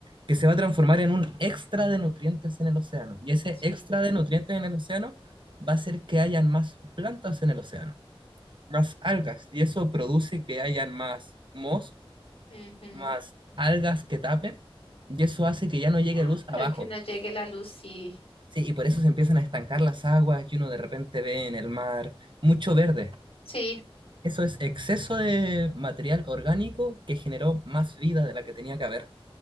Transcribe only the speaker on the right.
que se va a transformar en un extra de nutrientes en el océano. Y ese extra
de nutrientes en el océano va a hacer que hayan más plantas en el océano, más algas. Y eso produce que hayan más mos,
más algas que tapen. Y eso hace que ya no llegue
luz abajo.
Sí, y por eso se empiezan a estancar las aguas y uno de repente ve en el mar mucho verde.
Eso es exceso de material orgánico que generó más vida de la que tenía que haber.